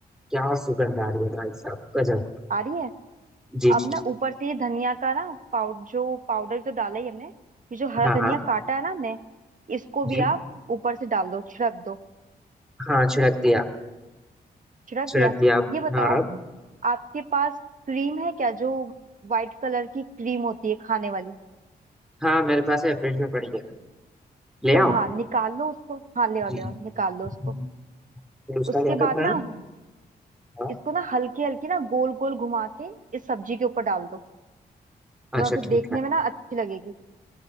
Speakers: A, in the centre; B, on the right.
A: क्या सुगंध आ रही है भाई साहब गजब
B: आ रही है
A: जी
B: अब
A: जी
B: ना ऊपर से ये धनिया का ना पाउडर जो पाउडर जो डाला ही हमने ये जो हरा
A: हाँ
B: धनिया
A: हाँ
B: काटा है ना हमने इसको भी
A: जी
B: आप ऊपर से डाल दो छिड़क दो
A: हाँ छिड़क दिया
B: छिड़क
A: छिड़क
B: दिया
A: दिया अब
B: ये बताओ
A: हाँ अब
B: आपके पास क्रीम है क्या जो व्हाइट कलर की क्रीम होती है खाने वाली
A: हाँ मेरे पास है फ्रिज में पड़ी है ले
B: तो
A: आओ
B: हाँ निकाल लो उसको हाँ ले आओ
A: जी
B: ले आओ निकाल लो
A: हम्म,
B: उसको
A: फिर उसका
B: उसके
A: क्या
B: बाद
A: करना
B: ना
A: है हाँ
B: इसको ना हल्की हल्की ना गोल गोल घुमा के इस सब्जी के ऊपर डाल दो थोड़ा
A: अच्छा
B: सा
A: ठीक
B: देखने
A: है
B: में ना अच्छी लगेगी